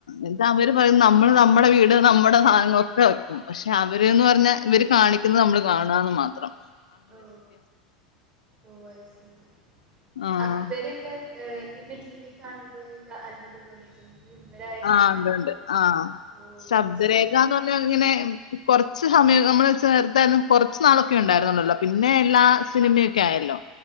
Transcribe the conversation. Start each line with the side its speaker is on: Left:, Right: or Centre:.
Left: എന്താ അവര് പറയ നമ്മള് നമ്മുടെ വീട് നമ്മുടെ സാധനങ്ങളൊക്കെ വെക്കും പക്ഷെ അവര്ന്ന് പറഞ്ഞാ ഇവര് കാണിക്കുന്നത് നമ്മള് കാണന്ന്മാത്രം
Right: ഓ ഓ അഹ് ശരി
Left: ആ.
Right: അപ്പൊ ഇവരൊക്കെ ഏ പിന്നെ ടിവിയ കാണുമ്പൊ ങ്ങക്ക് അത്ഭുതം തോന്നിയിട്ടുണ്ടോ ഈ ഇവരായിരുന്നു
Left: ആഹ്
Right: അതെന്ന്
Left: ഉണ്ട് ഉണ്ട് ആ
Right: ഓ
Left: ശബ്ദരേഖന്ന്
Right: അത് ശരി
Left: പറഞ്ഞാ ഇങ്ങനെ കുറച്ച് സമയം നമ്മള് ചേർത്താലും കുറച്ച് നാളൊക്കെ ഉണ്ടായിരുന്നണ്ടല്ലോ പിന്നെ എല്ലാ സിനിമയൊക്കെ ആയല്ലോ